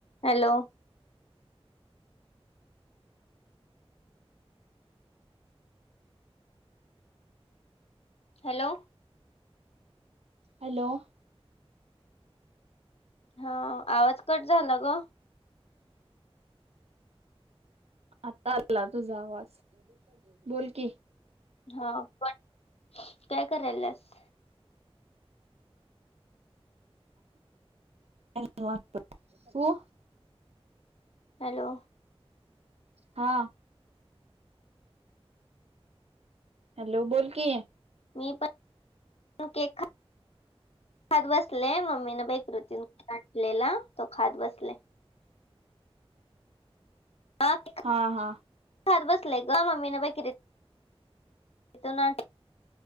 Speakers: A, on the left; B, on the right.
A: Hello. Hello.
B: Hello.
A: हा आवाज cut झाला ग.
B: आता आला तुझा आवाज बोल की
A: हा पण काय करायल्यास?
B: काही नाही, निवांत बग. तु?
A: हॅलो.
B: हा. हॅलो बोल की?
A: मी पण केक खा खात बसले, मम्मीन बेकरीतन केक आणलेला तो खात बसले. आक <unintelligible>
B: हा हा.
A: खात बसले ग मम्मीने बेकरीतन आणलेला